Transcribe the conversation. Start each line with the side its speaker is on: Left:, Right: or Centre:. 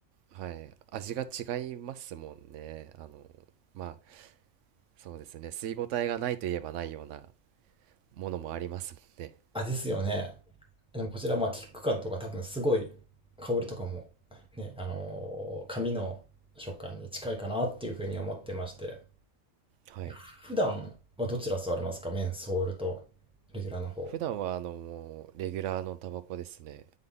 Right: はい、味が違いますもんね。あの、まあ、そうですね、吸い応えがないといえばないようなものもありますもんね。
Centre: あ、ですよね。でも、こちら、まあ、キック感とか多分すごい香りとかも、ね、あのー紙の食感に近いかなっていうふうに思ってまして、
Right: はい
Centre: 普段はどちら座れますかメンソールとレギュラーの方。
Right: 普段はあのもうレギュラーのタバコですね